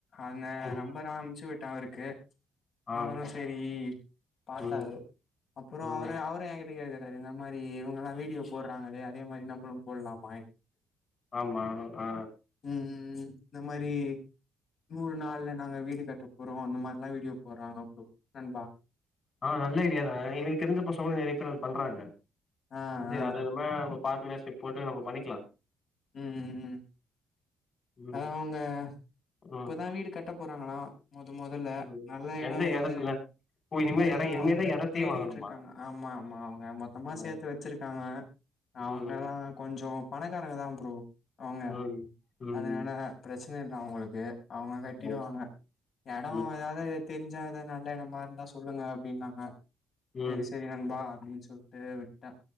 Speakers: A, on the left; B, on the left.
A: அந்த
B: ம்
A: நம்பரா அம்ச்சி விட் டவருக்கு
B: ஆ
A: அவரு சேரி பாத்தாரு
B: ம்
A: அப்பறோ
B: ம்
A: அவரு அவரு என்கிட் <unintelligible> சரி இந்த மாரி இவங்கெல்லா வீடியோ போடுறாங்களே அதே மாரி நம்மளு போடலாமா என்
B: ஆமா ஆ
A: ம் இந்த மாரி நூறு நாள்ல நாங்க வீடு கட்ட போறோ அந்த மாரிலா வீடியோ போடுறாங்க ப்ரோ நண்பா
B: ஆ நல்ல ஐடியா தாங்க எனக்கு தெரிஞ்ச பசங்க கூட நிறைய பேர் அத பண்றாங்க
A: ஆ
B: தெரிஞ்சி
A: ஆ
B: அத நம்ம பாக் ஜிம்னாஸ்டிக் போட்டு நம்ம பண்ணிக்கலா
A: ம் ம்
B: ம்
A: அவங்க
B: ம்
A: இப்பதா வீடு கட்ட போறாங்களா மொத மொதல்ல
B: ம்
A: நல்ல இடோ
B: எந்த
A: ஏதாது
B: எடத்துல ஓ இனிமே
A: அதுதா
B: எட இனிமேதா எடத்தையே
A: தேடிட்டு
B: வாங்கணுமா
A: இருக்காங்க ஆமா ஆமா அவங்க மொத்தமா
B: ஓ
A: சேத்து வச்சிருக்காங்க அவங்கெல்லா
B: ம்
A: கொஞ்சோ பணக்காரங்க தா ப்ரோ அவங்க
B: ம் ம்
A: அதனால பிரச்சன பிரச்சன இல்ல அவங்களுக்கு அவங்க கட்டிடுவாங்க
B: ஓ
A: எடோ
B: ம்
A: ஏதாது தெரிஞ்சா எதா நல்ல இடமா இருந்தா சொல்லுங்க அப்டின்னாங்க
B: ம்
A: சேரி சேரி நண்பா அப்டின் சொல்ட்டு விட்டே